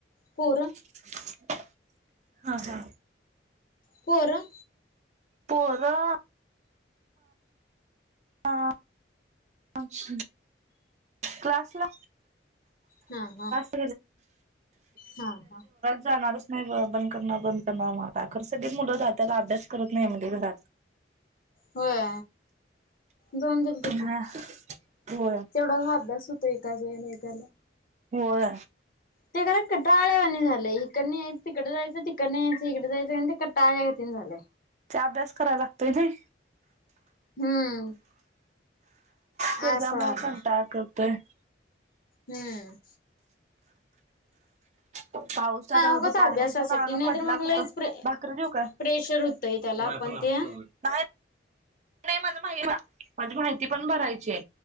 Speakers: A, on the left; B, on the right.
A: पोरं
B: <inaudible> हा का.
A: पोरं
B: पोरं आं <unintelligible> क्लासला
A: हा हा
B: <unintelligible>
A: हा हा
B: जाणार नाही ब बंद करणार बंद करणार म आता खर सगळी मुलं दाताला अभ्यास करत नाही म्हणजे जात
A: होय जाऊन दे ना तिकड
B: हा
A: तेवढा
B: होय
A: हा अभ्यास होतोय का एकाच वेळेला एकाला
B: होय.
A: ते खर कटाळवाण झालंय इकडन यायच तिकडे जायचं तिकडन यायचं इकडे जायचं आणि ते कंटाळा येतीन झालंय
B: ते अभ्यास करायला लागतंय नाय.
A: हम्म.
B: त्याचमुळं
A: असं आलंय
B: कंटाळा करतोय.
A: हम्म.
B: पावसात
A: उगाच
B: दुपारी
A: अभ्यासासाठी
B: भिजून आला
A: नाही
B: पडला
A: तर मग
B: कुठं,
A: लईच प्रे
B: भाकरी देेऊ काय?
A: प्रेशर होतंय त्याला
B: होय पण
A: ते
B: <unintelligible> <unintelligible> आणि माहिती पण भरायचीय